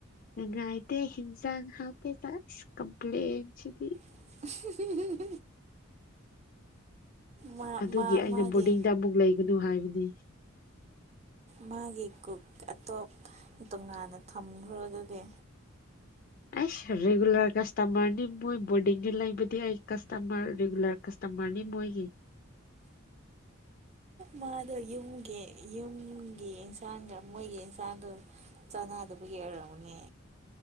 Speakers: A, on the left (about 50°); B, on the right (about 35°).
A: ꯅꯨꯡꯉꯥꯏꯇꯦ ꯍꯤꯟꯖꯥꯡ ꯍꯥꯎꯇꯦ ꯆꯁ ꯀꯝꯄ꯭ꯂꯦꯟꯁꯤꯗꯤ
B: ꯎ ꯃꯥ
A: ꯑꯗꯨꯒꯤ
B: ꯃꯥ
A: ꯑꯩꯅ
B: ꯃꯥꯒꯤ
A: ꯕꯣꯔꯗꯤꯡꯗ ꯑꯃꯨꯛ ꯂꯩꯒꯅꯨ ꯍꯥꯏꯕꯅꯤ
B: ꯃꯥꯒꯤ ꯀꯛ ꯑꯇꯣꯞ ꯇꯣꯉꯥꯟꯅ ꯊꯝꯈ꯭ꯔꯣ ꯑꯗꯨꯗꯤ
A: ꯑꯩꯁ ꯔꯤꯒꯨꯂꯔ ꯀꯁꯇꯃꯔꯅꯤ ꯃꯣꯏ ꯕꯣꯔꯗꯤꯡꯗ ꯂꯩꯕꯗꯤ ꯑꯩ ꯀꯁꯇꯃꯔ ꯔꯤꯒꯨꯂꯔ ꯀꯁꯇꯃꯔꯅꯤ ꯃꯣꯏ
B: ꯃꯥꯗꯣ ꯌꯨꯝꯒꯤ ꯌꯨꯝ ꯒꯤ ꯏꯟꯁꯥꯡꯒ ꯃꯣꯏꯒꯤ ꯏꯟꯁꯥꯡꯗꯨ ꯆꯅꯥꯗꯨꯕꯨ ꯌꯦꯛꯔꯕꯅꯦ